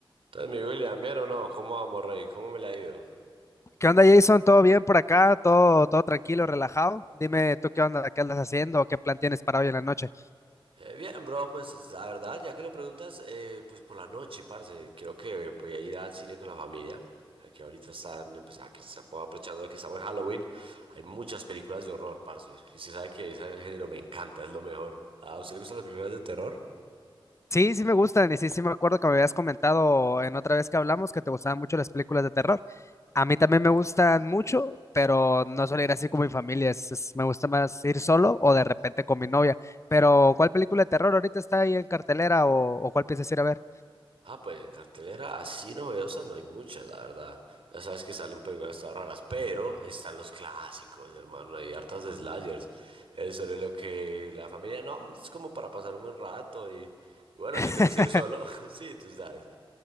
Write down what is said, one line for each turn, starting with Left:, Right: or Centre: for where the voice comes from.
Right: Entonces, mi William, ¿bien o no? ¿Cómo vamos, Rey? ¿Cómo me la ha ido?
Left: ¿Qué onda, Jason? ¿Todo bien por acá? ¿Todo, todo tranquilo, relajado? Dime tú qué onda, qué andas haciendo, o qué plan tienes para hoy en la noche.
Right: Eh, bien, bro, pues la verdad, ya que lo preguntas, eh, pues por la noche, parce, creo que voy a ir al cine con la familia. Aquí ahorita están, pues, ah, que están aprovechando de que estamos en Halloween. Hay muchas películas de horror, parce. Y se sabe que ese género me encanta, es lo mejor. ¿A usted le gustan las películas de terror?
Left: Sí, sí me gustan y sí, sí me acuerdo que me habías comentado en otra vez que hablamos que te gustaban mucho las películas de terror. A mí también me gustan mucho, pero no suelo ir así con mi familia. es- es- me gusta más ir solo o de repente con mi novia. Pero, ¿cuál película de terror ahorita está ahí en cartelera o, o cuál piensas ir a ver?
Right: Ah, pues en cartelera así novedosa no hay muchas, la verdad. Ya sabes que salen películas todas raras, pero están los clásicos, hermano. Hay hartas de slashers. eh, sobre lo que la familia no, es como para pasar un buen rato. Y, y bueno,
Left: <laughs>
Right: si te gusta ir solo, <laughs> sí, tú sabes.